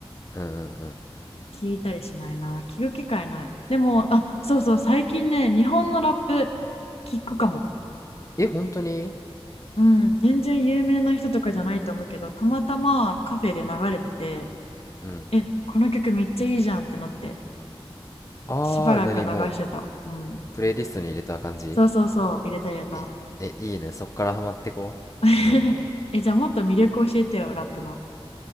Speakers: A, on the left (about 35°); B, on the left (about 85°).
A: うんうんうん。
B: 聞いたりしないな聞く機会ないでもあそうそう最近ね日本のラップ聞くかも
A: え、本当に
B: うん全然有名な人とかじゃないと思うけどたまたまカフェで流れてて
A: うん。
B: えこの曲めっちゃいいじゃんってなって
A: ああ、
B: しばらく流してたうん
A: 何もう、プレイリストに入れた感じ
B: そうそうそう、入れた入れた。
A: え、え、いいね。そっからハマってこう。
B: <laughs>
A: どんどん。
B: え、じゃあもっと魅力教えてよ、ラップの。